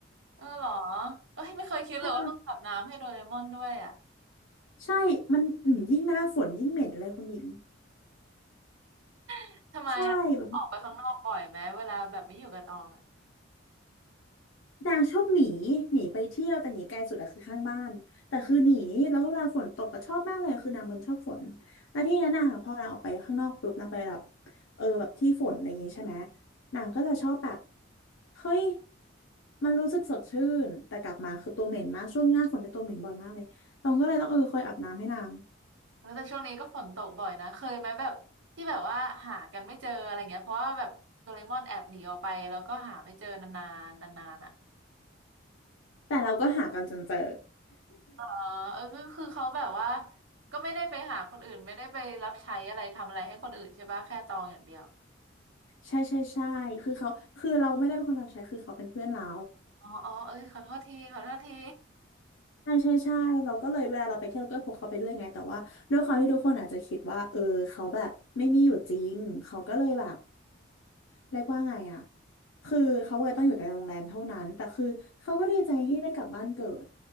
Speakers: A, on the right; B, on the left.
A: เออเหรอเอ้ยไม่เคยคิดเลยว่าต้องอาบน้ำให้โดเรมอนด้วยอ่ะ
B: ใช่ใช่มันอืมยิ่งหน้าฝนยิ่งเหม็นเลยคุณหญิง
A: <laughs> ทำไมอ่ะออกไปข้างนอกบ่อยไหมเวลาแบบไม่อยู่กับตองอ่ะ
B: ใช่แบบนี้ นางชอบหนีหนีไปเที่ยวแต่หนีไกลสุดอะคือข้างบ้านแต่คือหนีแล้วก็เวลาฝนตกก็ชอบมากเลยคือนางมันชอบฝนแล้วที่นี้นนางอะพอนางออกไปข้างนอกปุ๊บนางไปแบบเออแบบที่ฝนอะไรอย่างงี้ใช่ไหมนางก็จะชอบแบบเฮ้ยมันรู้สึกสดชื่นแต่กลับมาคือตัวเหม็นมากช่วงหน้าฝนเป็นยตัวเหม็นบ่อยมากเลยตองก็เลยต้องเออคอยอาบน้ำให้นาง
A: เออแต่ช่วงนี้ก็ฝนตกบ่อยนะเคยไหมแบบที่แบบว่าหากันไม่เจออะไรเงี้ยเพราะว่าแบบโดเรมอนแอบหนีออกไปแล้วก็หาไม่เจอนานๆนานๆอ่ะ
B: แต่เราก็หากันจนเจอ
A: อ๋อเออก็คือเขาแบบว่าก็ไม่ได้ไปหาคนอื่นไม่ได้ไปรับใช้อะไรทำอะไรให้คนอื่นใช่ปะแค่ตองอย่างเดียว
B: ใช่ใช่ใช่คือเขาคือเราไม่ได้เป็นคนรับใช้คือเขาเป็นเพื่อนเรา
A: อ๋ออ๋อเอ้ยขอโทษทีขอโทษที
B: ใช่ใช่ใช่เราก็เลยเวลาเราไปเที่ยวเราก็พกเขาไปด้วยไงแต่ว่าด้วยความที่ทุกคนอาจจะคิดว่าเออเขาแบบไม่มีอยู่จริง เขาก็เลยแบบเรียกว่าไงอะ คือเขาเลยต้องอยู่แต่ในโรงแรมเท่านั้น แต่คือเขาก็ดีใจที่ได้กลับบ้านเกิด